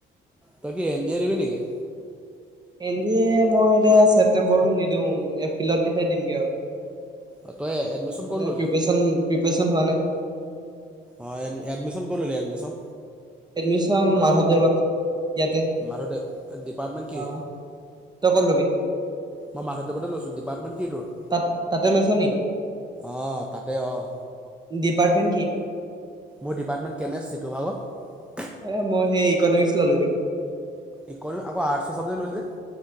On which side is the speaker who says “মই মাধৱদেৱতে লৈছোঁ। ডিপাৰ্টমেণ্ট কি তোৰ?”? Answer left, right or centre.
Centre